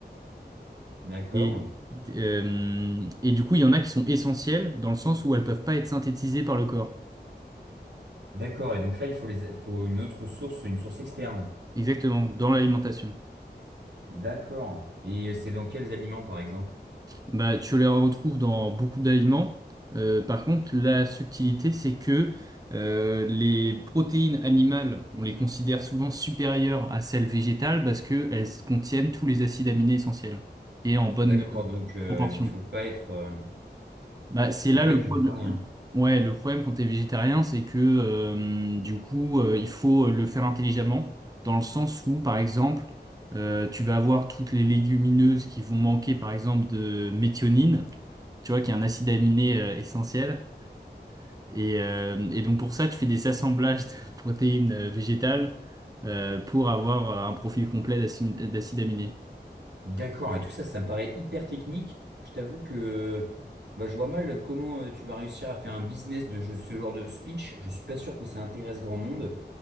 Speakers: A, on the right; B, on the right.
A: D'accord.
B: Et, euh, et du coup, il y en a qui sont essentiels dans le sens où elles peuvent pas être synthétisées par le corps.
A: D'accord. Et donc là, il faut les, il faut une autre source, une source externe.
B: Exactement, dans l'alimentation.
A: D'accord. Et c'est dans quels aliments, par exemple?
B: Bah, tu les retrouves dans beaucoup d'aliments. Euh, par contre, la subtilité, c'est que euh, les protéines animales, on les considère souvent supérieures à celles végétales parce qu'elles contiennent tous les acides aminés essentiels et en bonne
A: D'accord.
B: euh,
A: Donc, euh,
B: proportion.
A: il faut pas être. euh,
B: Bah, c'est
A: Il faut
B: là
A: pas
B: le
A: être
B: problème.
A: végétarien.
B: Ouais, le problème quand t'es végétarien, c'est que euh, du coup, euh, il faut le faire intelligemment, dans le sens où, par exemple, euh, tu vas avoir toutes les légumineuses qui vont manquer, par exemple, de méthionine tu vois, qui est un acide aminé euh, essentiel. Et, euh, et donc pour ça, tu fais des assemblages de <laughs> protéines euh, végétales euh, pour avoir euh, un profil complet d'acide d'acide aminé.
A: D'accord, et tout ça, ça me paraît hyper technique. Je t'avoue que moi, je vois mal comment euh, tu vas réussir à faire un business de je- ce genre de speech. Je suis pas sûr que ça intéresse grand monde.